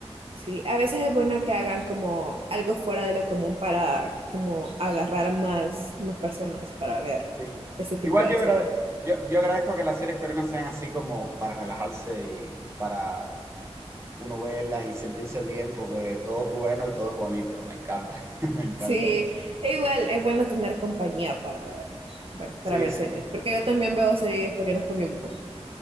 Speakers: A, on the right; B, on the right.
A: Sí, a veces es bueno que hagan como algo fuera de lo común para como agarrar más, más personas para ver
B: Sí.
A: ese tipo
B: Igual
A: de
B: yo,
A: series.
B: agra- yo, yo agradezco que las series coreanas sean así como para relajarse y para uno verlas y sentirse bien porque todo es bueno y todo es bonito. Me encanta, <laughs> me encanta
A: Sí,
B: eso.
A: e igual es bueno tener compañía para ver, bueno, para
B: Sí,
A: ver
B: sí.
A: series, porque yo también veo series coreanas con mi mamá.